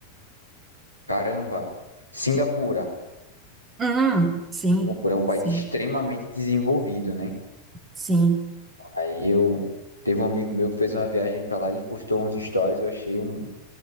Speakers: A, on the right; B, on the right.
A: Caramba, Singapura.
B: Hum, sim,
A: Singapura é um país
B: sim,
A: extremamente desenvolvido, né?
B: sim.
A: Aí eu. Teve um amigo meu que fez uma viagem pra lá, ele postou uns stories, eu achei um,